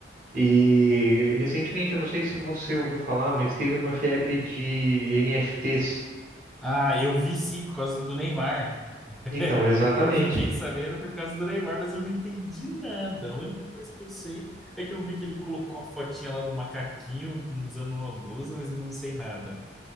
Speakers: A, on the right; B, in the centre.
A: E recentemente, eu não sei se você ouviu falar, mas teve uma febre de NFTs.
B: Ah, eu vi sim, por causa do Neymar. <laughs>
A: Então, exatamente.
B: Eu fiquei sabendo por causa do Neymar, mas eu não entendi nada. A única coisa que eu sei é que eu vi que ele colocou a fotinha lá do macaquinho usando uma blusa, mas não sei nada.